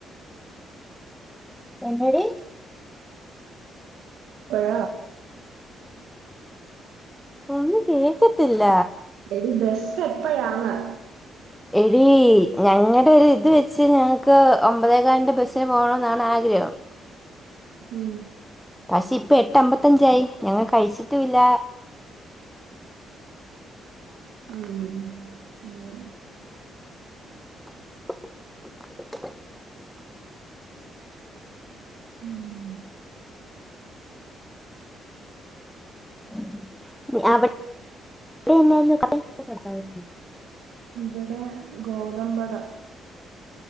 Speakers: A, in the centre; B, on the right.
A: എന്നടി
B: പ്പഴ
A: ഒന്നും കേക്കത്തില്ല
B: എടി ബസ്സ് എപ്പഴാന്ന്
A: രീ ഞങ്ങളൊരിത് വെച്ച് ഞങ്ങക്ക് ഒമ്പതേകാൽന്റെ ബസ്സ്ന് പോകണംന്നാണ് ആഗ്രഹം
B: ഉം
A: പക്ഷേ ഇപ്പൊ എട്ടേ അംമ്പത്തഞ്ചായി ഞങ്ങൾ കഴിച്ചിട്ടൂല്ല
B: ആ ഉം ആ
A: <inaudible>
B: ഉം
A: <unintelligible>
B: ഇവിടെ ഗോതമ്പട